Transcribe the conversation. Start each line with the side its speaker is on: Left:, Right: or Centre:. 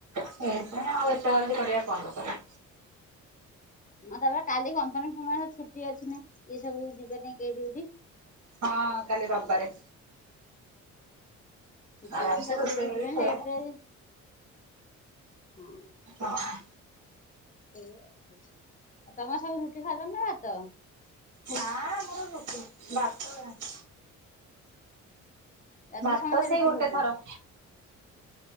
Right: ସେଇଟା। ଆଉ ଏତେ ଜଲଦି କରିବା କଣ ଦରକାର।
Left: ହଁ ତାପରେ କାଲି କମ୍ପାନୀ ଫାନ ଛୁଟି ଅଛି ନା। ଇଏ ସବୁ ଯିବେନି ଡ୍ୟୁଟି।
Right: ହଁ କାଲି ରବିବାରେ।
Left: ଛୁଟି
Right: ଆରାମସେ
Left: ଅଛି କଲି,
Right: ରୋଷେଇ
Left: ଡ୍ୟୁଟି
Right: କରିକି
Left: ଯିବେନି।
Right: ଖାଇବା
Left: ହଁ।
Right: ହଁ
Left: ସେଇଉ କିଛି। ଆଉ ତମର ସବୁ ରୁଟି ଖାଉଚ ନା ଭାତ।
Right: ନାଁ ଆମର। ଭାତ ଆଉ।
Left: ରାତିରେ
Right: ଭତ
Left: ସମସ୍ତେ
Right: ସେଇ
Left: ରୁଟି
Right: ଗୋଟେ
Left: ଖାଉଛନ୍ତି
Right: ଥର।